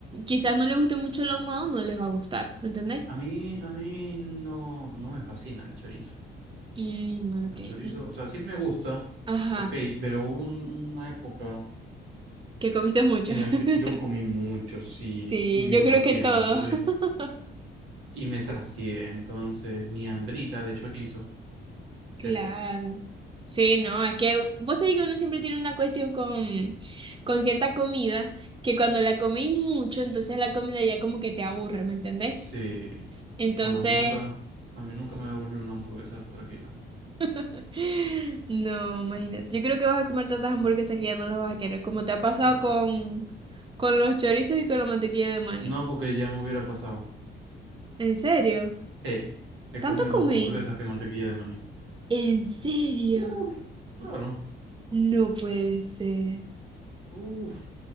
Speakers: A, on the right; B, on the right.
A: Quizás no les guste mucho el ahumado, no les va a gustar, ¿me entendéis?
B: A mí, a mí no, no me fascina el chorizo.
A: Mm, ok.
B: El chorizo,
A: mm.
B: o sea, sí me gusta,
A: Ajá,
B: ok, pero hubo un- una época
A: que comiste mucho.
B: en la
A: <laughs>
B: que yo comí mucho, sí,
A: Sí,
B: y me
A: yo
B: sacié,
A: creo que todo.
B: ¿me entendéis?
A: <laughs>
B: Y me sacié, entonces mi hambrita de chorizo se
A: Claro.
B: fue.
A: Sí, no, es que vos sabés que uno siempre tiene una cuestión con, con cierta comida, que cuando la coméis mucho, entonces la comida ya como que te aburre, ¿me entendéis?
B: Sí.
A: Entonces,
B: Bueno, a mí nunca, a mí nunca me va a aburrir una hamburguesa tranquila.
A: <gasps> <laughs> no, imagínate. Yo creo que vas a comer tantas hamburguesas que ya no las vas a querer, como te ha pasado
B: Mm,
A: con,
B: No,
A: con los chorizos y con la mantequilla de maní.
B: No, porque ya me hubiera pasado.
A: ¿En serio?
B: Eh, he
A: ¿Tanto
B: comido
A: comí?
B: más hamburguesas que mantequilla de maní.
A: ¿En serio?
B: Uf, claro,
A: No puede ser.
B: uf,